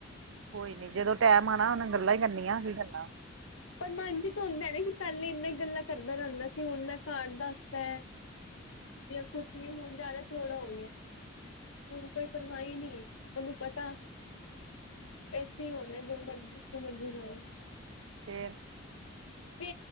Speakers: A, on the right; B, on the left.
A: ਕੋਈ ਨੀ ਜਦੋਂ ਟੈਮ ਆਣਾ ਓਨੇ ਗੱਲਾਂ ਈ ਕਰਨੀਆਂ ਕੀ ਕਰਨਾ।
B: ਪਰ ਮਨ ਚ ਤੇ ਹੁੰਦਾ ਐ ਨਾ ਕਿ ਪਹਿਲੇ ਇੰਨੀ ਗੱਲਾਂ ਕਰਦਾ ਰਹਿੰਦਾ ਸੀ ਹੁਣ ਮੈਂ ਘਰ ਦੱਸਤਾ ਐ। ਜੇ ਓ ਕੁੱਛ ਵੀ ਹੁਣ ਜਾਦਾ ਚੋੜ ਹੋ ਗਿਆ ਹੁਣ ਕੋਈ ਪਰਵਾਹੀ ਨਹੀਂ ਉਹਨੂੰ ਪਤਾ ਉੇ ਹੋਣਾ ਜੋ ਮਰਜ਼ੀ ਜਥੋਂ ਮਰਜ਼ੀ ਨਾਓ
A: ਫੇਿਰ
B: ਵੀ